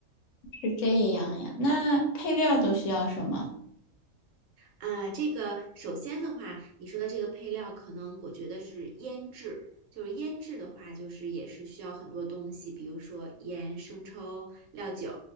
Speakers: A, on the left; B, on the right.
A: 是这样呀？那配料都需要什么？
B: 啊，这个首先的话，你说的这个配料，可能我觉得是腌制，就是腌制的话，就是也是需要很多东西，比如说盐、生抽、料酒，